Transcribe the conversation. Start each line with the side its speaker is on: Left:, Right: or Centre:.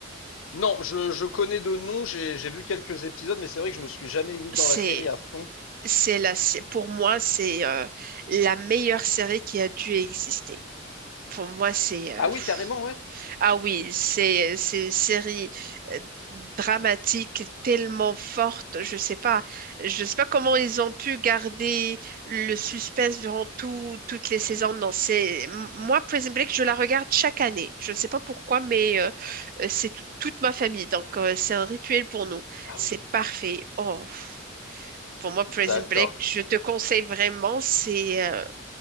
Left: Non, je, je connais de nom, j'ai j'ai vu quelques épisodes, mais c'est vrai que je me suis jamais mis dans
Right: C'est,
Left: la série à fond.
Right: c'est la, sé- pour moi, c'est euh, la meilleure série qui a dû exister. Pour moi, c'est... euh,
Left: Ah
Right: pff,
Left: oui, carrément, ouais.
Right: Ah oui, c'est c'est une série euh, dramatique tellement forte, je sais pas, je sais pas comment ils ont pu garder le suspense durant tout- toutes les saisons. Non, c'est m- moi Prison Break, je la regarde chaque année. Je sais pas pourquoi, mais euh, euh, c'est tout- toute ma famille, donc euh, c'est un rituel pour nous.
Left: Ah
Right: C'est
Left: oui,
Right: parfait. Oh, pff, pour moi Prison
Left: d'accord.
Right: Break, je te conseille vraiment. C'est, euh,